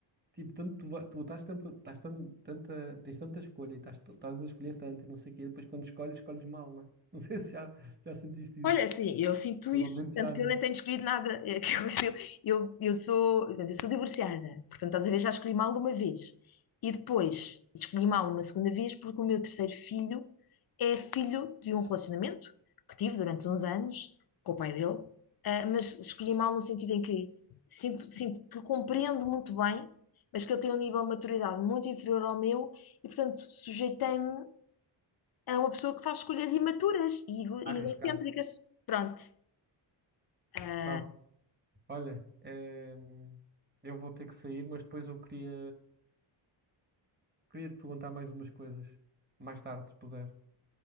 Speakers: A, on the right; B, on the left.
A: Tipo, tanto tu, va- tu estás tanto, estás tan- tanta, tens tanta escolha e estás, estás a escolher tanto e não sei o quê, depois quando escolhes, escolhes mal, né? Não <laughs> sei se já, já sentiste
B: Olha,
A: isso.
B: assim, eu sinto
A: Provavelmente
B: isso, tanto
A: já,
B: que
A: né?
B: eu nem tenho escolhido nada. É que eu, <laughs> eu, eu sou, portanto, eu sou divorciada, portanto, às vezes já escolhi mal de uma vez. E depois escolhi mal uma segunda vez porque o meu terceiro filho é filho de um relacionamento que tive durante uns anos com o pai dele, ah, mas escolhi mal no sentido em que sinto, sinto que compreendo muito bem, mas que ele tem um nível de maturidade muito inferior ao meu e, portanto, sujeitei-me. É uma pessoa que faz escolhas imaturas e ego- e
A: A arriscar.
B: egocêntricas. Pronto. Ah,
A: Pá, olha, eh, eu vou ter que sair, mas depois eu queria, queria te perguntar mais umas coisas, mais tarde, se puder.